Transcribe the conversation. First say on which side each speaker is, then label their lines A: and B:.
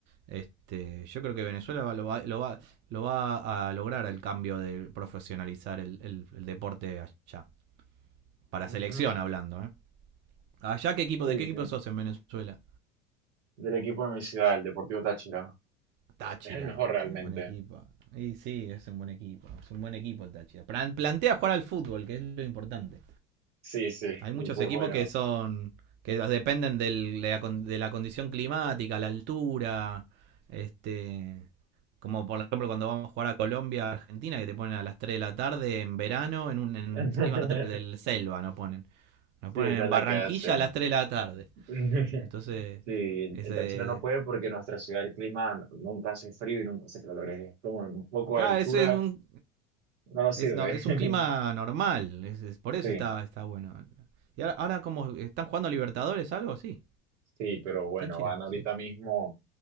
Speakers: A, on the right; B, on the right.
A: este, yo creo que Venezuela va- lo, va, lo, va, lo va a lograr el cambio de profesionalizar el, el- el deporte allá. Para
B: ujú,
A: selección hablando, ¿eh? ¿Allá qué equipo?
B: Sí,
A: ¿De qué equipo
B: sí.
A: sos en Venezuela?
B: Del equipo de mi ciudad, el Deportivo Táchira.
A: Táchira,
B: Es el mejor realmente.
A: qué buen equipo. Y sí, es un buen equipo. Es un buen equipo el Táchira. Plan- plantea jugar al fútbol, que es lo importante.
B: Sí, sí.
A: Hay
B: Y
A: muchos
B: pues
A: equipos
B: bueno.
A: que son. que dependen del- de, la, de la condición climática, la altura. Este. Como por ejemplo cuando vamos a jugar a Colombia, Argentina, que te ponen a las 3 de la tarde en verano en un en
B: <laughs>
A: clima del selva, nos ponen. Nos ponen
B: Sí, esa
A: en
B: es la
A: Barranquilla
B: que hacen.
A: a las 3 de la tarde.
B: <laughs>
A: Entonces,
B: Sí, el,
A: ese,
B: el Táchira no puede porque en nuestra ciudad el clima nunca hace frío y nunca hace calor. Es como un poco
A: claro,
B: de altura,
A: ese es un,
B: no nos sirve.
A: es, nor- es
B: <laughs>
A: un clima normal, es, es- por eso
B: Sí.
A: está, está bueno. Y ahora, ahora como están jugando a Libertadores, algo, sí,
B: Sí, pero bueno,
A: está chira,
B: van ahorita
A: sí.
B: mismo,